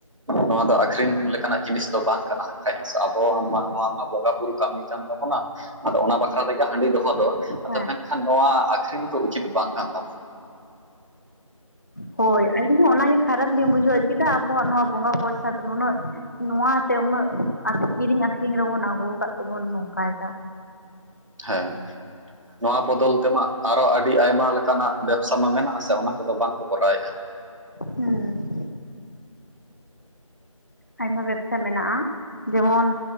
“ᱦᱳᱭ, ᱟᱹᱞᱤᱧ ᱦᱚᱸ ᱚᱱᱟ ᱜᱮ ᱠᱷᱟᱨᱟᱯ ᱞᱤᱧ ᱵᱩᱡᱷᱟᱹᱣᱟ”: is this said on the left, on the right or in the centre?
Left